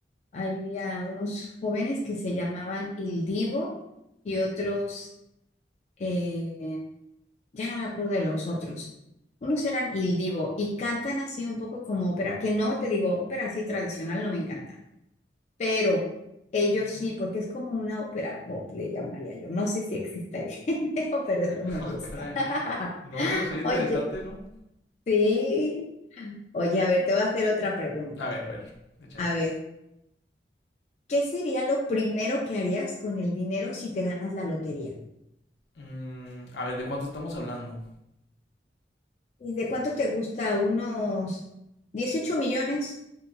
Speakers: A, on the left (about 40°); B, on the left (about 75°).
A: Había unos jóvenes que se llamaban Il Divo y otros, eh, ya no me acuerdo de los otros. Unos eran Il Divo y cantan así un poco como ópera, que no te digo, ópera así tradicional no me encanta, pero ellos
B: ok.
A: sí, porque es como una ópera pop, le llamaría yo. No sé si existe el <laughs> género, pero eso
B: <laughs>
A: me gusta.
B: caray.
A: <laughs>
B: No, pero sería interesante,
A: Oye,
B: ¿no?
A: sí. Oye, a ver, te voy a hacer otra pregunta.
B: A ver, a ver, échale.
A: A ver, ¿qué sería lo primero que harías con el dinero si te ganas la lotería?
B: Mm, a ver, ¿de cuánto estamos hablando?
A: ¿Y de cuánto te gusta? ¿Unos dieciocho millones?